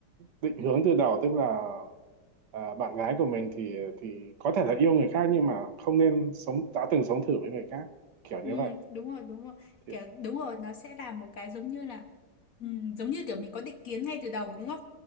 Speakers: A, on the right; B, on the left.
A: định hướng từ đầu tức là à, bạn gái của mình thì thì có thể là yêu người khác nhưng mà không nên sống đã từng sống thử với người khác kiểu
B: Ừ,
A: như vậy
B: đúng rồi đúng rồi
A: thì
B: kiểu đúng rồi nó sẽ là một cái giống như là ừ, giống như kiểu mình có định kiến ngay từ đầu đúng không